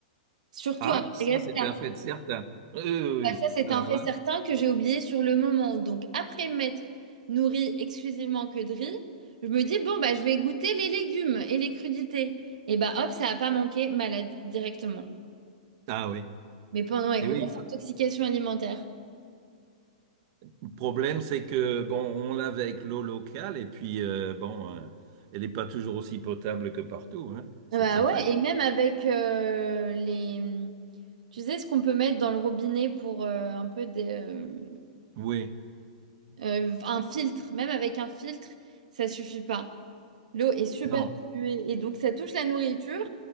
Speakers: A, on the right; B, on the right.
A: Surtout
B: Ah,
A: à
B: ça,
A: Madagascar.
B: c'est un fait certain. Oui, oui, oui.
A: Bah, ça, c'est
B: Alors
A: un fait
B: là,
A: certain que j'ai oublié sur le moment. Donc, après m'être nourrie exclusivement que de riz, je me dis, bon, bah, je vais goûter les légumes et les crudités. Et bah, hop, ça n'a pas manqué, malade directement.
B: ah oui.
A: Mais pendant une
B: Et
A: grosse
B: oui.
A: intoxication alimentaire.
B: Le problème, c'est que, bon, on l'avait avec l'eau locale, et puis, euh, bon, euh, elle n'est pas toujours aussi potable que partout, hein. C'est
A: Bah
B: un
A: ouais,
B: fait.
A: et même avec euh, les... Tu sais ce qu'on peut mettre dans le robinet pour euh, un peu des, euh,
B: Oui,
A: euh, un filtre. Même avec un filtre, ça suffit pas. L'eau est super
B: non.
A: polluée et donc ça touche la nourriture.